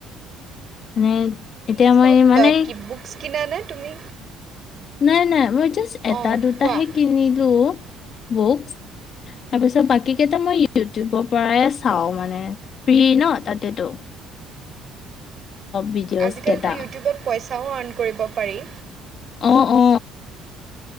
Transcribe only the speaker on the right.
তুমি
চব
কি বুকচ কিনা নে তুমি?
অঁ
কোৱা।
আজিকালিতো
ইউটিউবত পইচাও আৰ্ণ কৰিব পাৰি।